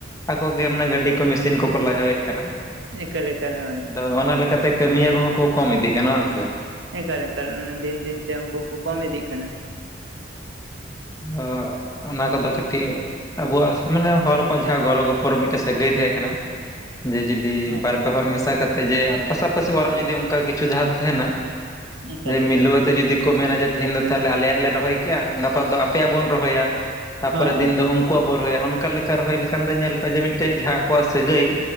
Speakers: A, on the left; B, on the right.
A: ᱟᱠᱚ ᱜᱮ ᱢᱟᱱᱮ ᱜᱟᱹᱰᱤ ᱠᱚ ᱢᱮᱥᱤᱱ ᱠᱚᱠᱚ ᱞᱟᱜᱟᱣᱮᱜ ᱠᱟᱱᱟ
B: ᱮᱠᱟᱞ ᱮᱠᱟᱞ ᱦᱳᱭ
A: ᱟᱫᱚ ᱚᱱᱟ ᱞᱮᱠᱟᱛᱮ ᱠᱟᱹᱢᱤᱭᱟᱹ ᱠᱚᱦᱚᱸ ᱠᱚ ᱠᱚᱢ ᱤᱫᱤᱜ ᱠᱟᱱᱟ ᱵᱟᱝ ᱥᱮ
B: ᱮᱠᱟᱞ ᱮᱠᱟᱞ ᱫᱤᱱ ᱫᱤᱱ ᱛᱮ ᱩᱱᱠᱩ ᱦᱚᱸᱠᱚ ᱠᱚᱢ ᱤᱫᱤᱜ ᱠᱟᱱᱟ
A: ᱚᱜ ᱚᱱᱟ ᱠᱚᱫᱚ ᱠᱟᱹᱴᱤᱡ ᱟᱵᱚᱣᱟᱜ ᱥᱟᱢᱟᱱ ᱮ ᱦᱚᱲ ᱠᱚᱣᱟᱜ ᱡᱟᱦᱟᱸ ᱜᱚᱲᱚ ᱜᱚᱯᱚᱲ ᱢᱤᱫᱴᱮᱱ ᱥᱟᱹᱜᱟᱹᱭ ᱛᱟᱦᱮᱸ ᱠᱟᱱᱟ ᱡᱮ ᱡᱩᱫᱤ
B: ᱦᱳᱭ
A: ᱵᱟᱨ
B: ᱦᱳᱭ
A: ᱯᱮ ᱦᱚᱲ ᱢᱮᱥᱟ ᱠᱟᱛᱮ ᱡᱮ ᱯᱟᱥᱟ ᱯᱟᱥᱤ ᱚᱲᱟᱜ ᱡᱩᱫᱤ ᱚᱱᱠᱟ ᱠᱤᱪᱷᱩ ᱡᱟᱦᱟᱸ ᱛᱟᱦᱮᱱᱟ
B: ᱮᱠᱟᱞ
A: ᱡᱮ ᱢᱤᱞᱟᱹᱣ
B: ᱮᱠᱟᱞ ᱦᱳᱭ
A: ᱟᱛᱮ ᱡᱩᱫᱤ ᱠᱚ ᱢᱮᱱᱟ ᱛᱮᱦᱤᱧ ᱫᱚ ᱛᱟᱞᱦᱮ ᱟᱞᱮᱭᱟᱜ ᱞᱮ ᱨᱚᱦᱚᱭ ᱠᱮᱭᱟ ᱜᱟᱯᱟ ᱜᱟᱯᱟ ᱫᱚ ᱟᱯᱮᱭᱟᱜ ᱵᱚᱱ ᱨᱚᱦᱚᱭᱟ ᱛᱟᱨᱯᱚᱨᱮ
B: ᱦᱳᱭ
A: ᱫᱤᱱ
B: ᱦᱳᱭ
A: ᱫᱚ ᱩᱱ ᱠᱚᱣᱟᱜ ᱵᱚ ᱨᱚᱦᱚᱭᱟ ᱚᱱᱠᱟ ᱞᱮᱠᱟ ᱨᱚᱦᱚᱭ ᱞᱮᱠᱷᱟᱱ ᱫᱚ ᱧᱮᱞ ᱠᱚᱼᱟ ᱡᱮ ᱢᱤᱫᱴᱮᱡ ᱡᱟᱦᱟᱸ ᱟᱠᱚᱣᱟᱜ ᱥᱟᱹᱜᱟᱹᱭ